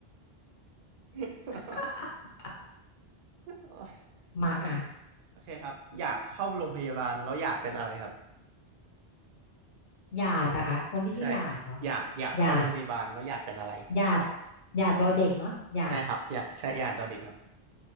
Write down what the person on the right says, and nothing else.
อ
<laughs> โออ
แล้วโอเคครับหยาดเข้าโรงพยาบาลแล้วหยาดเป็นอะไรครับ
ใช่หยาดหยาดเข้าโรงพยาบาลแล้วหยาดเป็นอะไร
ใช่ครับหยาดใช่หยาดดอเด็กครับ